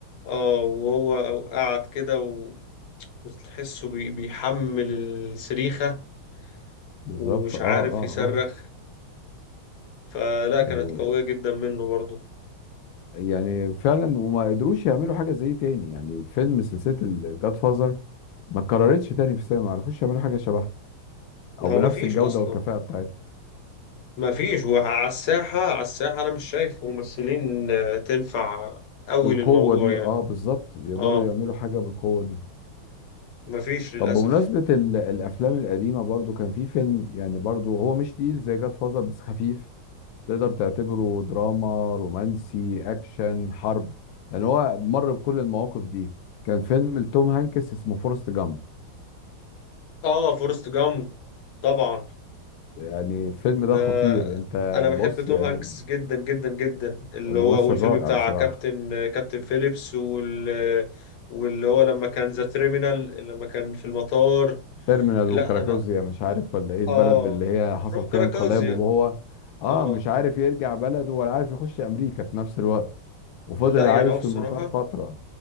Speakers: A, on the left; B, on the left.
A: اه وهو قعد كده و- وتحسه بي- بيحمل السريخة
B: بالظبط
A: ومش
B: اه
A: عارف
B: اه
A: يصرخ
B: اه
A: فلا
B: يعني
A: كانت قوية جدا منه برضه
B: يعني فعلا وما قدروش يعملوا حاجه زي تاني يعني الفيلم سلسله الجاد فازر ما اتكررتش تاني في السينما ما عرفوش يعملوا حاجه شبهها او
A: هو
B: بنفس
A: مفيش
B: الجوده
A: أصلا
B: والكفاءه بتاعتها
A: مفيش وعلى الساحة على الساحة أنا مش شايف ممثلين آه، تنفع أوي
B: بالقوه
A: للموضوع
B: دي
A: يعني
B: اه بالظبط يقدروا
A: اه
B: يعملوا حاجه بالقوه دي
A: مفيش للأسف
B: طب بمناسبه ال- الافلام القديمه برضو كان في فيلم يعني برضو هو مش تقيل زي جاد فازر بس خفيف تقدر تعتبره دراما رومانسي اكشن حرب لان هو مر بكل المواقف دي كان فيلم لتوم هانكس اسمه فورست جامب
A: اه فورست جامب طبعا
B: يعني الفيلم
A: ده
B: ده خطير انت
A: أنا بحب
B: بص
A: توم
B: يعني
A: هانكس جدا جدا جدا اللي
B: ممثل
A: هو والفيلم
B: رائع
A: بتاع
B: بصراحة
A: كابتن آه، كابتن فيليبس وال آه، واللي هو لما كان ذا تريمينال لما كان في المطار
B: تيرمينال
A: لا
B: وكراكوزيا
A: انا
B: مش عارف ولا ايه البلد
A: اه
B: اللي هي حصل
A: فروم
B: فيها
A: كاراكازيا
B: انقلاب وهو اه
A: اه
B: مش عارف يرجع بلده ولا عارف يخش امريكا في نفس الوقت وفضل
A: لا
B: عايش
A: يعني هو
B: في
A: بصراحة
B: المطار فترة